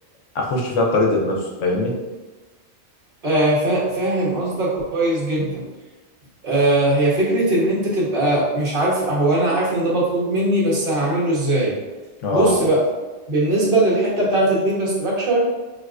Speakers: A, on the left; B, on the right.
A: اخش فيها الطريق ذات نفسه فاهمني
B: آه فا- فاهم قصدك كويس جدا آه هي فكرة إن أنت تبقى مش عارف هو أنا عارف إن ده مطلوب مني بس هعمله إزاي
A: اه
B: بص بقى بالنسبة للحتة بتاعة الداتا ستراكشر